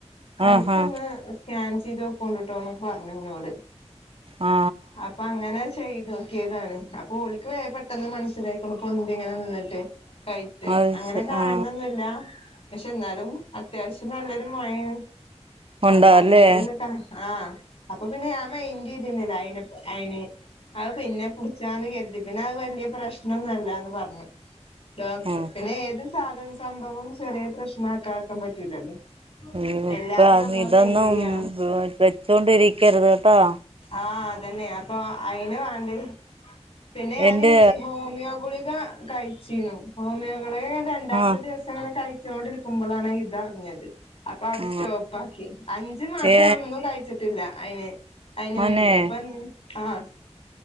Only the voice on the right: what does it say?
ആഹാ
ആ
അത്
ശ
ആ
ഉണ്ടോ
അല്ലേ
ആ
ഉം ഇപ്പ
ഇതൊന്നും
വെച്ചൊണ്ടിരിക്കരുത്ട്ടോ
എന്റെ
ആ
ആ
ഏ
മോനെ